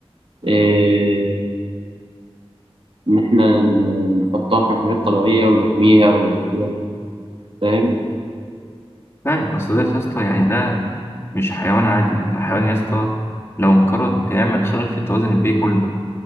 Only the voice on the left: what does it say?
فعلا أصل ده يا اسطى يعني ده مش حيوان عادي ده حيوان يا اسطى لو انقرض هيعمل خلل في التوازن البيئي كله